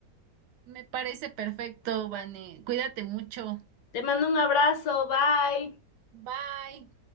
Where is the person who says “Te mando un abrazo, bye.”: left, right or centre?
Left